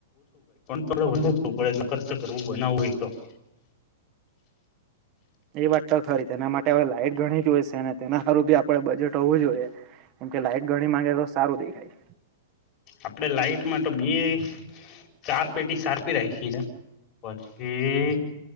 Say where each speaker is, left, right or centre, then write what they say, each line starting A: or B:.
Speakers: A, on the left; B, on the right.
A: થોડુ વધારે જું પડે એટલે કરચ કરવું બનાવવુંય તો <inaudible>
B: એ વાત તો ખરી તેના માટે હવે લાઈટ ઘણી જ જોઈ છે ને તેના હું બી આપડે બજેટ હોવું જોઈએ કેમ કે લાઈટ ઘણી માંગે તો સારું દેખાય
A: આપડે લાઈટમાં તો બી ચાર પેટી સારપી રાયખી છે પછી